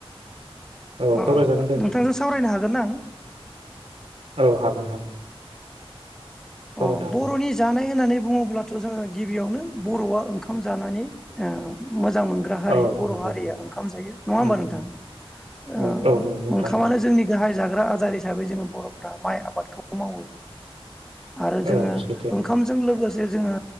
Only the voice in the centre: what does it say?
ओ
नोंथांजों सावरायनो हागोनना आं?
अ
बर'नि जानाय होननानै बुङोब्लाथ' जोङो गिबियावनो बर'आ ओंखाम जानानै ओ मोजां मोनग्रा हारि
बर'
हारिया
ओंखाम जायो नङा होमबा
नोंथां ओ
ओंखामानो जोंनि गाहाय जाग्रा आदार हि हिसाबै जोङो बर'फ्रा माइ आबादखौ मावो। आरो जोङो
ओंखामजों लोगोसे जे जोङो